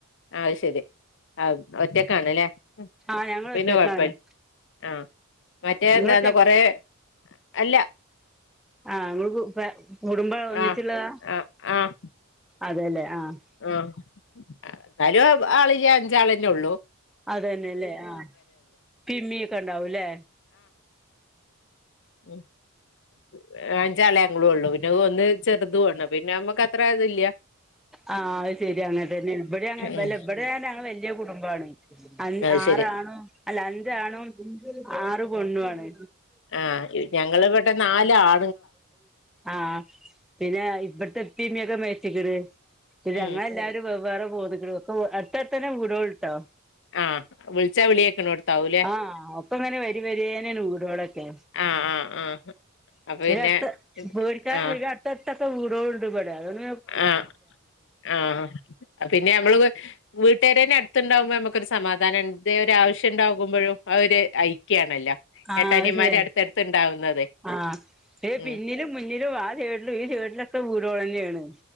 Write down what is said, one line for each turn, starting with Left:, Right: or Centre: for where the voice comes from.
Left: ആ ശരി ആ ഒറ്റക്കാണല്ലേ? ഉം
Centre: ആഹ് ഞങ്ങള്
Left: പിന്നെ
Centre: ഒറ്റക്കാണ്
Left: കൊഴപ്പൽ ആഹ് മറ്റേ
Centre: നിങ്ങള്
Left: എന്താന്ന്
Centre: ഒറ്റ
Left: കൊറേ അല്ല
Centre: ആഹ് ഇങ്ങൾക്ക് ഇപ്പ കുടുംബം ഒന്നിച്ചുള്ളതാ
Left: ആഹ് ആഹ് ആഹ്
Centre: അതെല്ലേ ആഹ്
Left: ആഹ് എന്നാലും ആളില്ലാ അഞ്ചാളന്നെ ഉള്ളു.
Centre: അതേന്നല്ലേ ആഹ് പിന്നേക്കെ ഇണ്ടാവൂല്ലേ.
Left: മ്ഹ് <unintelligible> <unintelligible> ഞങ്ങളും ഉള്ളു പിന്നെ ഒന്ന് ചെറുതും ആണ്‌ പിന്നെ നമ്മക്ക് അത്ര ഇതില്യ
Centre: ആഹ് അത് ശരി അങ്ങനെ തന്നേണ് ഇവിടെ അങ്ങനെ വല്ല
Left: ഉം
Centre: ഇവിടെ ഞങ്ങള് വല്യ കുടുംബാണ്. അൻ
Left: അത്
Centre: ആറ്
Left: ശരി
Centre: ആണും അല്ല അഞ്ച് ആണും ആറ് പെണ്ണും ആണ്.
Left: ആഹ് <unintelligible> ഞങ്ങള് ഇവിടെ നാല് ആ
Centre: ആഹ് പിന്നെ <unintelligible> മേച്ചേക്കണ് <unintelligible> ഞങ്ങള്
Left: ഉം
Centre: എല്ലാരും വെവ്വേറെ പോന്ന്ക്കണു <unintelligible> അടുത്തടുത്തന്നെ വീടുകള്ട്ടൊ
Left: ആഹ് വിളിച്ചാ വിളിയേക്കണോടുത്താവൂലേ
Centre: ആഹ് ഒപ്പം ഇങ്ങനെ വരി വരിയാനാണ് വീടുകളൊക്കേ
Left: ആഹ് ആഹ് ആഹ്
Centre: <unintelligible>
Left: അപ്പൊ പിന്നെ
Centre: പേടിക്കാനൊന്നും
Left: ആഹ്
Centre: ഇല്ല അടുത്തടുത്തക്കെ വീടുകളുണ്ട് ഇവിടെ അത് <unintelligible>
Left: ആഹ് ആഹ് അഹ് പിന്നെ അമ്മള് വീട്ടുകാര് തന്നെ അടുത്തുണ്ടാവുമ്പോ നമ്മക്കൊരു സമാധാനം എന്തേ ഒരു ആവശ്യം ഉണ്ടാകുമ്പഴും ആ ഒരു ഐക്യാണല്ലോ
Centre: ആഹ്
Left: ഏട്ടാനിയന്മാര്
Centre: അത് ശരിയ
Left: അടുത്തടുത്ത് ഉണ്ടാവുന്നത്
Centre: ആഹ് <unintelligible>
Left: ഉം
Centre: പിന്നിലും മുന്നിലും ആദ്യാ <unintelligible> ഈ സൈഡിലൊക്ക വീടുകള് തന്നെയാണ്